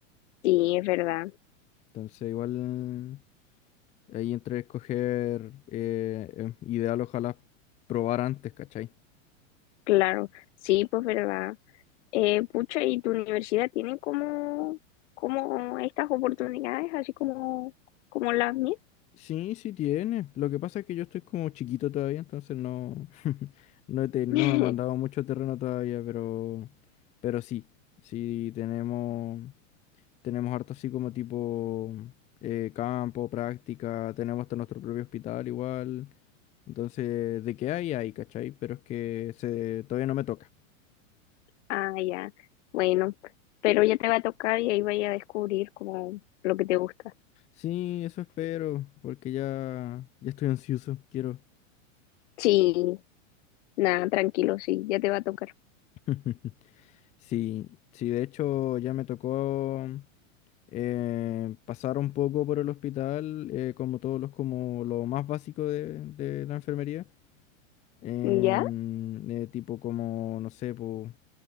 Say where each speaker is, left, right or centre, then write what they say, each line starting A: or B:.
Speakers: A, on the left; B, on the left.
A: sí, es verdad,
B: Entonces, igual eh, ahí entre escoger eh, eh, ideal, ojalá probar antes, ¿cachai?
A: claro, sí, pues verdad. Eh, pucha, ¿y tu universidad tiene como, como estas oportunidades, así como, como las mías?
B: Sí, sí tiene. Lo que pasa es que yo estoy como chiquito todavía, entonces no, <laughs> no, he te- no
A: <laughs>
B: me han mandado mucho terreno todavía, pero, pero sí, sí tenemos, tenemos harto así como tipo eh, campo, práctica, tenemos hasta nuestro propio hospital igual. Entonces, de qué hay, hay, ¿cachai? Pero es que se, todavía no me toca.
A: Ah, ya. Bueno, pero ya te va a tocar y ahí vaya a descubrir como lo que te gusta.
B: Sí, eso espero, porque ya, ya estoy ansioso, quiero.
A: Sí, nada, tranquilo, sí, ya te va a tocar.
B: <laughs> Sí, sí, de hecho ya me tocó. eh, pasar un poco por el hospital, eh, como todos los, como lo más básico de, de la enfermería, em,
A: ¿Ya?
B: eh, tipo como, no sé, po,